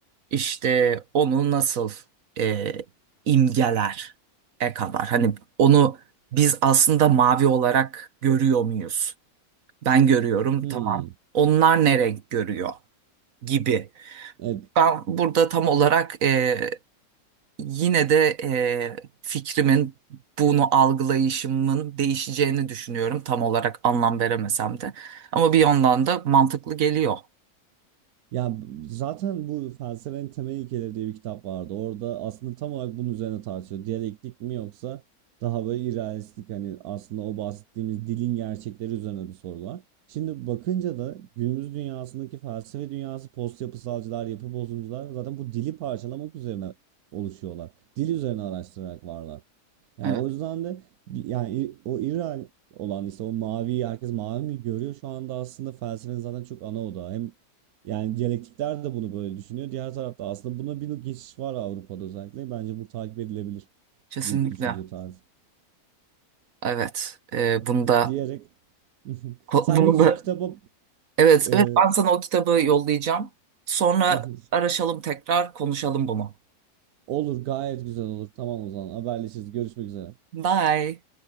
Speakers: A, on the right (about 65°); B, on the right (about 80°).
A: İşte onu nasıl e, imgeler e kadar. Hani onu biz aslında mavi olarak görüyor muyuz? Ben görüyorum,
B: <laughs>
A: tamam. Onlar ne renk görüyor gibi.
B: Evet.
A: Ben burada tam olarak e, yine de e, fikrimin bunu algılayışımın değişeceğini düşünüyorum. Tam olarak anlam veremesem de. Ama bir yandan da mantıklı geliyor.
B: Ya b- zaten bu Felsefenin Temel İlkeleri diye bir kitap vardı. Orada aslında tam olarak bunun üzerine tartışıyor. Diyalektik mi yoksa daha böyle irrealistik hani aslında o bahsettiğimiz dilin gerçekleri üzerine bir soru var. Şimdi bakınca da günümüz dünyasındaki felsefe dünyası post yapısalcılar, yapı bozumcular zaten bu dili parçalamak üzerine oluşuyorlar. Dil üzerine araştırarak varlar. Yani
A: Evet,
B: o yüzden de bi- yani i- o İral olan işte o mavi herkes mavi mi görüyor şu anda aslında felsefenin zaten çok ana odağı. Hem yani diyalektikler de bunu böyle düşünüyor. Diğer tarafta aslında buna bir geçiş var Avrupa'da özellikle. Bence bu takip edilebilir
A: kesinlikle.
B: bir düşünce tarzı
A: Evet, e, bunu da
B: diyerek <laughs>
A: ko-
B: sen
A: bunu
B: bir şu
A: da
B: kitaba
A: evet
B: e,
A: evet ben sana o kitabı yollayacağım. Sonra
B: <laughs>
A: araşalım tekrar konuşalım bunu.
B: olur gayet güzel olur. Tamam o zaman haberleşiriz. Görüşmek üzere.
A: Bye.